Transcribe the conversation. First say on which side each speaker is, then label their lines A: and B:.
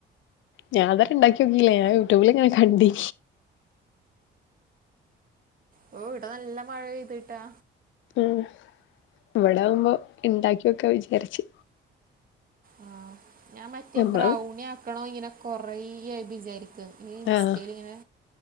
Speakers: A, on the left; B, on the right.
A: ഞാനൻതരണ്ടാക്ക്യോക്കില്ല ഞാൻ യൂട്യൂബിലി ഇങ്ങനെ കണ്ടിനി
B: ഓ ഇവിടെ നല്ല മഴെയ്തിട്ടാ
A: ഏഹ് ഇവിടാവുമ്പോ ഇണ്ടാക്കിയൊക്കെ വിചാരിച്ച്
B: ആഹ ഞാൻ മറ്റേ
A: നമ്മള്
B: ബ്രൗണി ആക്കണോ ഇങ്ങനെ കൊറേയ വിചാരിക്കും. ഇത് ഇൻസ്റ്റയിലിങ്ങനെ
A: ആഹ്